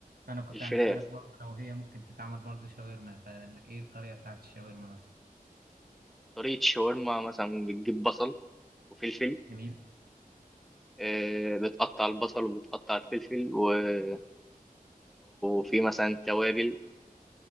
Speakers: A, on the right (about 80°); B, in the centre.
A: فأنا كنت
B: الفراخ
A: هنسألك برضه لو هي ممكن تتعمل برضه شاورما فإيه الطريقة بتاعت الشاورما مثلا؟
B: طريقة شاورما مثلا بتجيب بصل وفلفل
A: جميل
B: إيه، بتقطع البصل وبتقطع الفلفل ولو في مثلا توابل